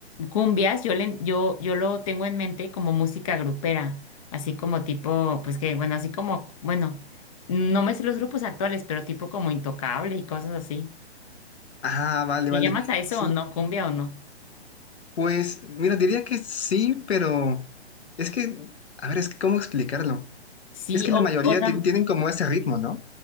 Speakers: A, on the left (about 30°); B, on the left (about 70°).
A: cumbias, yo, le, yo, yo lo tengo en mente como música grupera, así como tipo, pues que, bueno, así como, bueno, no me sé los grupos actuales, pero tipo como Intocable y cosas así.
B: Ah, vale,
A: ¿Le
B: vale.
A: llamas a eso
B: Sí,
A: o no, cumbia o no?
B: Pues, mira, diría que sí, pero es que, a ver, es que, ¿cómo explicarlo?
A: Sí,
B: Es que la
A: o,
B: mayoría
A: o, tam-
B: tien- tienen como ese ritmo, ¿no?